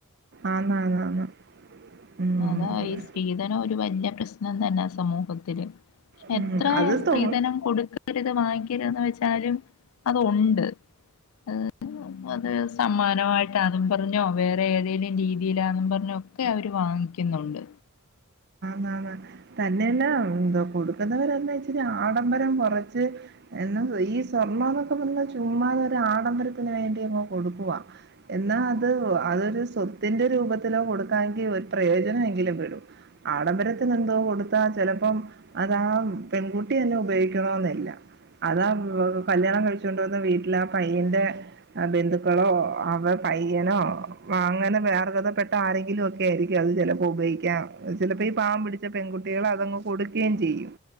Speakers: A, on the right; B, on the left.
A: ആന്നാന്നാന്ന് ഉം.
B: അതാ ഈ സ്ത്രീധനം ഒരു പര് ല്ല പ്രശ്നം തന്നാ സമൂഹത്തില്
A: ഉം
B: എത്ര
A: അത്
B: സ്ത്രീധനം
A: തോ
B: കൊടുക്കരുത് വാങ്ങിക്കരുതെന്ന് വെച്ചാലും അതൊണ്ട് അഹ് അത് സമ്മാനമായിട്ടാന്നും പറഞ്ഞോ വേറെ ഏതേലും രീതീലാന്നു പർഞ്ഞോ ഒക്കെ അവര് വാങ്ങിക്കുന്നുണ്ട്
A: ആന്നന്നെ തന്നെയല്ലാ എന്താ കൊടുക്കുന്നവരല്ലാ ഇച്ചിരി ആണ്. അന്നേരം കുറച്ച് എന്ന ഈ സ്വർണ്ണോന്നൊക്കെ പറഞ്ഞ ചുമ്മാത ആഡംബരത്തിന് വേണ്ടി അങ്ങ് കൊടുക്കുവ എന്നാ അത് അതൊരു സ്വത്തിന്റെ രൂപത്തിലോ കൊടുക്കാമെങ്കിൽ പ്രയോജനമെങ്കിലും പെടും ആഡംബരത്തി എന്തോ കൊടുത്താ ചിലപ്പം അതാ പെൺകുട്ടി തന്നെ ഉപയോഗിക്കണ എന്നില്ല അതാ കല്യാണം കഴിച്ചൊണ്ട വന്ന വീട്ടില ആ പയ്യൻന്റെ ബന്ധുക്കളോ പയ്യനോ അങ്ങനെ അർഹഥപ്പെട്ട ആരെങ്കിലും ഒക്കെ ആയിരിക്കും അത് ചിലപ്പോ ഉപയോഗിക്കാം ചിലപ്പോ ഈ പാവം പിടി പെൺകുട്ടികൾ അതങ്ങു കൊടുക്കേം ചെയ്യും